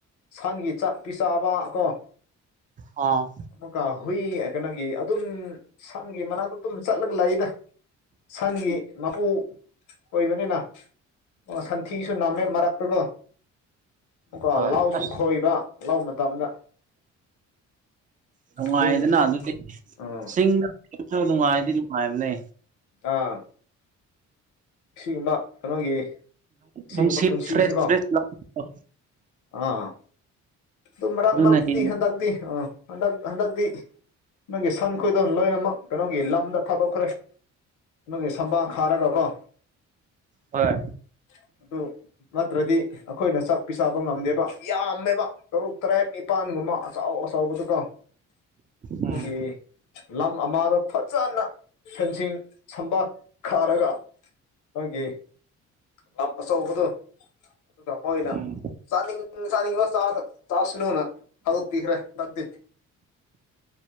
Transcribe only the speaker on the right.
ꯑꯥ
ꯍꯣꯏ
ꯑꯁ
ꯅꯨꯡꯉꯥꯏꯗꯅ
ꯑꯗꯨꯗꯤ
ꯆꯤꯡꯗꯁꯨ ꯅꯨꯡꯉꯥꯏꯗꯤ ꯅꯨꯡꯉꯥꯏꯕꯅꯦ
ꯅꯨꯡꯁꯤꯠ
ꯐ꯭ꯔꯦꯁ ꯐ꯭ꯔꯦꯁ ꯂꯥꯛꯄꯗꯣ
ꯑꯗꯨꯅ
ꯍꯦꯟꯅ
ꯍꯣꯏ
ꯎꯝ
ꯎꯝ